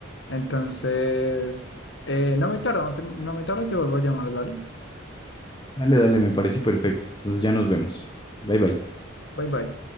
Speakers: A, on the left; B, on the left.
A: Entonces, eh, no me tarda, no, te- no me tarda y te vuelvo a llamar, dale.
B: Dale, dale, me parece perfecto. Entonces ya nos vemos. Bye, bye.
A: Bye bye.